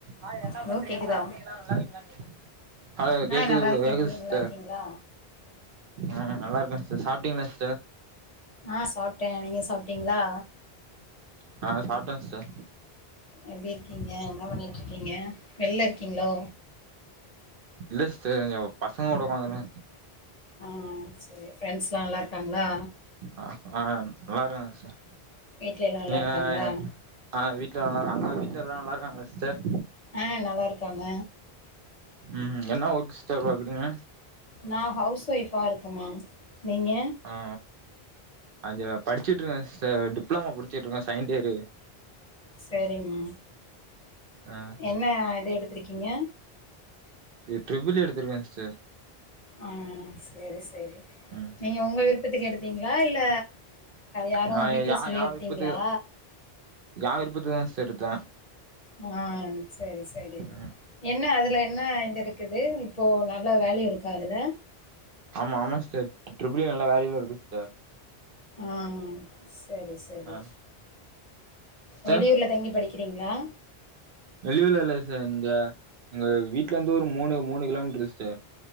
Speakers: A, on the right (about 60°); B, on the left (about 45°).
A: ஆ என்ன
B: ஹலோ
A: பண்றீங்க
B: கேக்குதா
A: சாப்ட்டீங்களா நல்லாரீங்களானு ஆ கேக்குது
B: நல்லா இருக்கே
A: கேக்குது
B: நீங்க
A: சிஸ்டர்
B: நல்லா இருக்கீங்களா
A: ஆ நல்லா இருக்க சிஸ் சாப்ட்டீங்களா சிஸ்டர்
B: ஆ சாப்ட நீங்க சாப் டிங்ளா
A: நா சாப்ட சிஸ்டர்
B: எப்டி இருக்கீங்க என்ன பண்ணிட்ருக்கீங்க வெல்ல இருக்கீங்களோ
A: இல்ல சிஸ்டர் பசங்க கூட உக்காந்துருக்க
B: ஆ செரி ஃரெண்ட்ஸ் லா நல்லா இருக்காங்ளா
A: அ ஆ நல்லா இருக்காங்க ச
B: வீட்ல எல்லா நல்லா
A: நீ ய
B: இருக்காங்களா
A: அ வீட்லல்லா <inaudible> அங்க வீட்ல நல்லா இருக்காங்கலா சிஸ்டர்
B: அ நல்லா இருக்காங்க
A: ம் என்ன ஒர்க் சிஸ்டர் பாக்குறீங்க
B: நா ஹவுஸ் ஒய்ஃபா இருக்கமா நீங்க
A: அ அஞ்ச படிச்சிட்டுருக்க சிஸ்டர் டிப்ளமோ புடிச்சிட்டுருக்கோ செகண்டியரு
B: சேரிமா
A: ஆ
B: என்ன இது எடுத்திருக்கீங்க
A: இ ட்ரிபிள் இ எடுத்திருக்க சிஸ்டர்
B: ஆ சேரி சேரி
A: ம்
B: நீங்க உங்க விருப்பத்துக்கு எடுத்தீங்களா இல்ல யாரு
A: நா யா
B: வீட்ல சொல்லி
A: யா
B: எடுத்திங்களா
A: விருப்பத்துக்கு யா விருப்பத்ல தா சிஸ்டர் எடுத்த
B: அ செரி செரி
A: ம்
B: என்ன அதுல என்ன இது இருக்குது இப்போ நல்ல வேல்யூ இருக்கா அதுல
A: ஆமா ஆமா சிஸ்டர் ட்ரிபில் எ நல்லா வேல்யுல இருக்கு சிஸ்டர்
B: ஹ செரி செரி
A: ஆ சிஸ்டர்
B: வெளியூர்ல தங்கி படிக்கிறிங்களா
A: வெளியூர்ல இல்ல ச இந்த எங்க வீட்ல இருந்து ஒரு மூணு மூணு கிலோமீட்டரு சிஸ்டர்